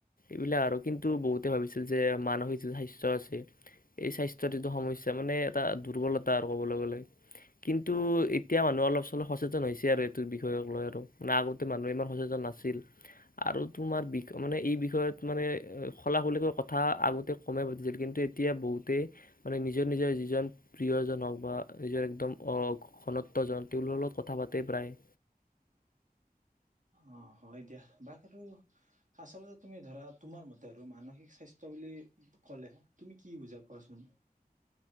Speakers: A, on the left; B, on the right.
A: এইবিলাক আৰু কিন্তু বহুতে ভাবিছিল যে মানসিক স্বাস্থ্য আছে এই স্বাস্থ্যৰ যিটো সমস্যা তাৰ মানে এটা দুৰ্বলতা আৰু ক'বলৈ গ'লে কিন্তু এতিয়া মানুহ অলপ চলপ সচেতন হৈছে আৰু এইটো বিষয়ক লৈ আৰু মানে আগতে মানুহে ইমান সচেতন নাছিল আৰু তোমাৰ বিষ মানে এই বিষয়ত মানে খলা খলিকৈ কথা আগতে কমে পাতিছিল কিন্তু এতিয়া বহুতেই মানে নিজৰ নিজৰ যিজন প্ৰিয়জন হওক বা নিজৰ একদম অ ঘনত্বজন তেওঁলোকৰ লগত কথা পাতেই প্ৰায়
B: অ হয় দিয়া বা সেইটো আৰু আচলতে তুমি ধৰা তোমাৰ মতে আৰু মানসিক স্বাস্থ্য বুলি ক'লে তুমি কি বুজা কোৱাচোন